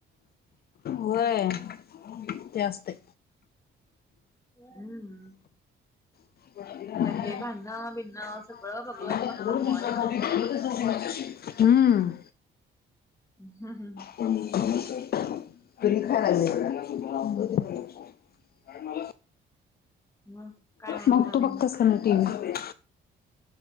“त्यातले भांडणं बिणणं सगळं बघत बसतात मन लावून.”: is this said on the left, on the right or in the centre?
Left